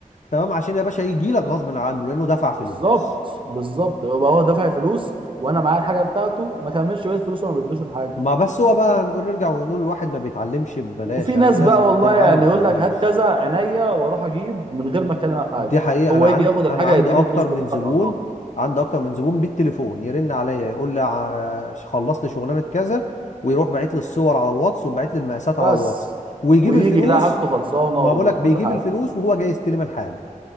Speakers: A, on the left (about 60°); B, on the right (about 40°).
A: تمام عشان يا باشا يجي لك غصب عنه لانه دفع فلوس
B: بالظبط بالظبط يبقى هو دافع فلوس وانا معايا الحاجه بتاعته ما كملش بقيه فلوسه وما بدوش الحاجه
A: ما بس هو بقى نقول نرجع ونقول الواحد ما بيتعلمش ببلاش
B: وفي
A: يعني
B: ناس
A: لازم
B: بقى والله
A: ده يتعلم
B: يعني
A: في
B: يقول
A: الفلوس
B: لك هات كذا عينيا واروح اجيب من غير ما اتكلم معاه في حاجه
A: دي حقيقة
B: هو
A: أنا
B: يجي
A: عندي
B: ياخد الحاجه
A: أنا عندي
B: يديني
A: أكتر
B: الفلوس كلها
A: من زبون
B: على بعضها
A: عندي أكتر من زبون بالتليفون يرن عليا يقول لي ع- آه، خلص لي شغلانة كذا ويروح باعت لي الصور على الواتس وباعت لي المقاسات على
B: بس
A: الواتس ويجيب
B: ويجي
A: الفلوس
B: يلاقي حاجته خلصانه
A: ما
B: وكل
A: بقولك بيجيب
B: حاجه
A: الفلوس وهو جاي يستلم الحاجة